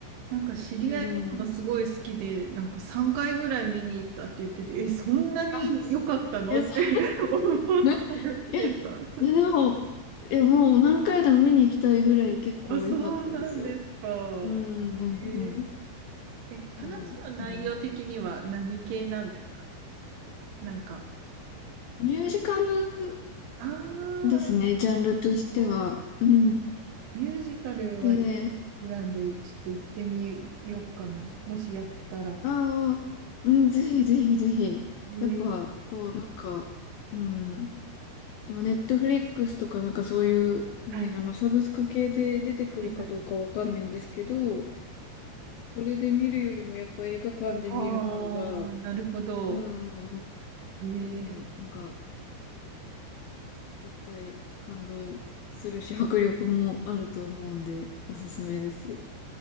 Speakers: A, on the right; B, on the left.
A: なんか知り合いもすごい好きで、
B: いや、でも、
A: なんか3回ぐらい見に行ったって言ってて、
B: はい
A: え、そんなに良かったのって
B: あ、いや、そ
A: <laughs> 思ったんですけど。
B: う、いや、いやでもあ
A: <laughs>
B: いや、もう何回でも見に行きたいぐらい結構良かったですよ。
A: あ、そうなんですか。
B: うん、うん、
A: え
B: うん。
A: ー、え、話の内容的には何系なんですか
B: うん、うん
A: なんか、
B: ミュージカル
A: ああ
B: ですね、ジャンルとしては。
A: ー、
B: うん。
A: ミュージカルは結構好きなんで、
B: で、
A: ちょっと行ってみようかな。もしやってたら。
B: ああ、うん、ぜひぜひぜひ。
A: えー、
B: やっぱ、こう、なんか、うん、ネットフリックスとかなんかそういう、ね、
A: はい。
B: あの、サブスク系で出てくるかどうかわかんないんですけど、
A: はいはい。
B: それで見るよりもやっぱ映画館で見る方が、
A: ああー、なるほど。
B: うんうん
A: へえ
B: うん、うん、なんか絶対感動するし、迫力もあると思うんで、おすすめです。